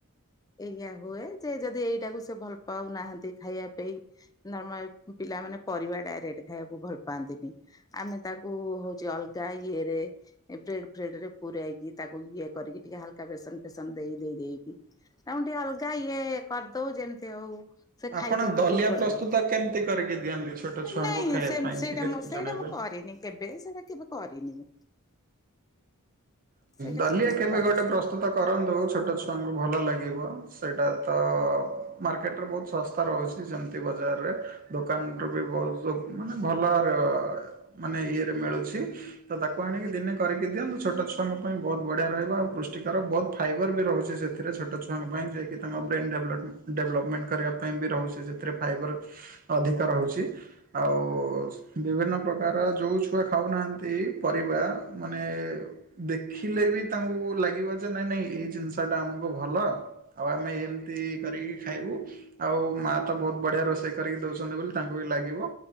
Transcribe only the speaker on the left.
ଏଇଆ ହୁଏ ଯେ ଯଦି ଏଇଟାକୁ ସେ ଭଲ ପାଉନାହାନ୍ତି ଖାଇବା ପେଇଁ ନର୍ମା ପିଲାମାନେ ପରିବା ଡାଇରେକ୍ଟ ଖାଇବାକୁ ଭଲ ପାଆନ୍ତିନି ଆମେ ତାକୁ ହଉଛି ଅଲଗା ଇଏ ରେ ବ୍ରେଡ ଫ୍ରେଡ ରେ ପୁରାଇକି ତାକୁ ଇଏ କରିକି ଟିକେ ହାଲକା ବେସନ ଫେସନ ଦେଇ ଦେଇ ଦେଇେଇକି ତାଙ୍କୁ ଟିକେ ଅଲଗା ଇଏ କରିଦଉ ଯେମିତି ହଉ ସେ ଖାଇଦିଅନ୍ତୁ
ଯୋଉ ପଟରେ
ନାଇଁ
ସେମ୍
ସେଇଟା
ମୁଁ ସେଇଟା
ମୁଁ କରିନି। କେବେ ସେଇଟା କେବେ କରିନି ମୁଁ। ସେଇଟା
ମୁଁ
କରିନି